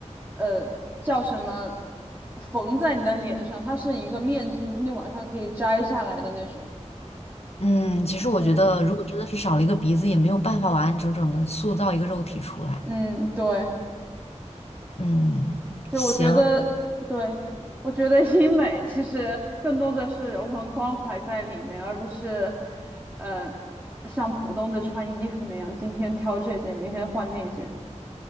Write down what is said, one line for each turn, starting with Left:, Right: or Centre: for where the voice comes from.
Right: 呃叫什么缝在你的脸上，它是一个面具，就是你晚上可以摘下来的那种。
Left: 嗯，其实我觉得，
Right: 嗯
Left: 如果真的是少了一个鼻子，也没有办法完完整整的塑造一个肉体出来。
Right: 嗯，对。
Left: 嗯，
Right: 对，
Left: 行，
Right: 我觉得，对，我觉得医美其实更多的是人文关怀在里面，而不是，嗯、像普通的穿衣服那样，今天挑这件，明天换那件。